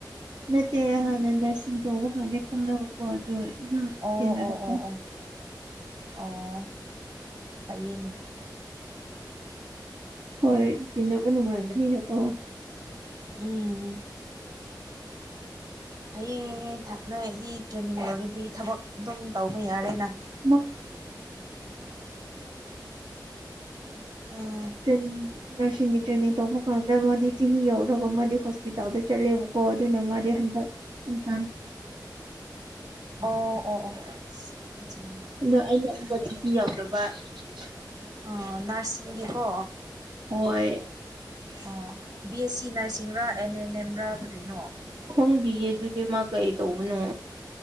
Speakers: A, on the right (about 75°); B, on the right (about 60°).
A: ꯅꯠꯇꯦ ꯍꯥꯟꯅ ꯅꯔꯁꯤꯡ ꯇꯧꯕꯀꯥꯟꯗꯩ ꯈꯡꯅꯕꯀꯣ ꯑꯗꯨ ꯑꯗꯨꯝ
B: ꯑꯣ
A: ꯇꯤꯟꯅꯔꯛꯄ꯫
B: ꯑꯣ ꯑꯣ ꯑꯣ ꯑꯣ ꯐꯩꯌꯦꯅꯦ꯫
A: ꯍꯣꯏ ꯇꯤꯟꯅꯕ ꯅꯨꯡꯉꯥꯏꯕꯅꯤꯅꯀꯣ꯫
B: ꯎꯝ꯫ ꯐꯩꯌꯦ ꯊꯞꯅꯔꯗꯤ ꯇ꯭ꯔꯦꯅꯤꯡ ꯂꯣꯏꯔꯗꯤ ꯊꯕꯛ ꯑꯗꯨꯝ ꯇꯧꯕ ꯌꯥꯔꯦꯅ꯫
A: <inaudible>
B: ꯎꯝ
A: <unintelligible> ꯅꯔꯁꯤꯡꯒꯤ ꯇ꯭ꯔꯦꯅꯤꯡ ꯇꯧꯕ ꯀꯥꯟꯗ ꯃꯥꯗꯤ ꯆꯍꯤ ꯌꯧꯔꯒ ꯃꯥꯗꯤ ꯍꯣꯁꯄꯤꯇꯥꯜꯗ ꯆꯠꯂꯦꯕꯀꯣ ꯑꯗꯨꯅ ꯃꯥꯗꯤ ꯍꯟꯗꯛ <inaudible>
B: ꯑꯣ ꯑꯣ ꯑꯣ꯫ ꯑꯆꯥ꯫
A: <inaudible>
B: ꯑꫭ ꯅꯔꯁꯤꯡꯗꯤꯀꯣ꯫
A: ꯍꯣꯏ꯫
B: ꯑꫭ꯫ B S C ꯅꯔꯁꯤꯡꯔꯥ and and ꯑꯦꯝꯔꯥ ꯀꯔꯤꯅꯣ꯫
A: ꯈꯪꯗꯤꯌꯦ ꯑꯗꯨꯗꯤ ꯃꯥ ꯀꯩ ꯇꯧꯕꯅꯣ꯫